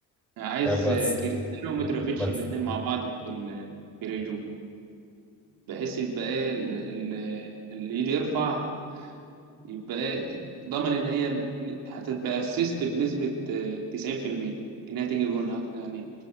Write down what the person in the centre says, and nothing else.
طب ما
تس...
ما تس...